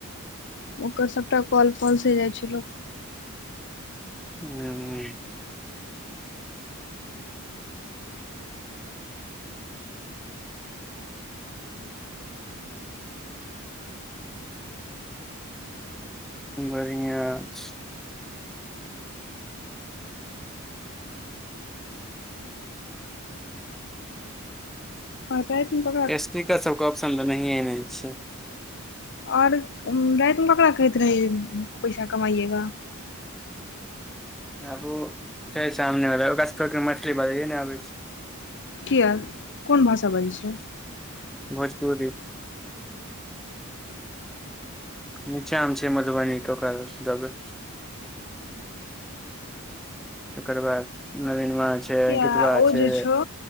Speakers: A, on the left; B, in the centre.
A: ओकर सबटा कल फॉल से जाइ छै लोक
B: <unintelligible> बढ़िया छै
A: फोन राइत में करबै -
B: स्पीकर सब कऽ ऑप्शन देनेहै नै छै
A: और राइत में ककड़रा कहैत रहि पैसा कमाइएग
B: आगू छै सामने वला ओकरा मैथिली बाजेय नै आबै छै
A: किया कोन भाषा बजै छै
B: भोजपुरी नीचा म छै मधुबनी कऽ ओकर दबै तकर बाद नवीनमा छै
A: किया
B: अंकितवा
A: ओ
B: छै
A: जे छो